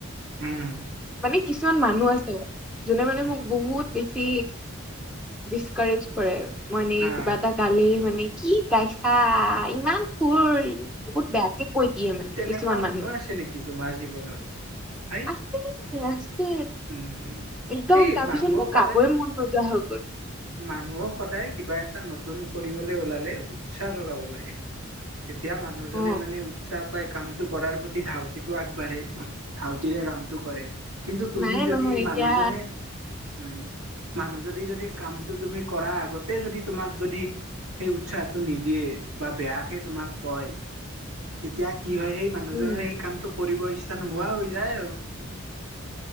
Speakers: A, on the right; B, in the centre.
A: উম।
B: মানে কিছুমান মানুহ আছে। যোনে মানে
A: উম,
B: মোক বহুত বেছি ডিছকাৰেজ কৰে আৰু। মানে
A: আহ,
B: কিবা এটা গালে মানে কি গাইছা? ইমান সুৱৰি বহুত বেয়াকে কৈ দিয়ে মানে
A: তেনেকোৱা
B: কিছুমান
A: মানুহ
B: মানুহে
A: আছে নেকি তোমাৰ জীৱনত? সেই।
B: আছে আছে
A: উম।
B: একদম
A: সেই
B: তাৰপিছত
A: মানুহক
B: মোৰ
A: সদায়,
B: গাবই মন নোযোৱা হৈ গ'ল
A: মানুহক সদায় কিবা এটা নতুন নতুন কৰিবলৈ ওলালে উৎসাহেৰে গাব লাগে। তেতিয়া মানুহজনে
B: অ
A: মানে উৎ সাহ পাই কামটো কৰাৰ প্ৰতি ধাউতিটো আগবাঢ়ে, ধাউতিৰে কামটো কৰে। কিন্তু তুমি
B: নাই
A: যদি
B: নহয় এতিয়া
A: মানুহজনে উম মানুহ যদি-যদি কামটো তুমি কৰাৰ আগতে যদি তোমাক যদি সেই উৎসাহটো নিদিয়ে বা বেয়াকে তোমাক কয়। তেতিয়া কি হয় সেই মানুহজনে
B: উম
A: সেই কামটো কৰিব ইচ্ছা নোহোৱা হৈ যায় আৰু।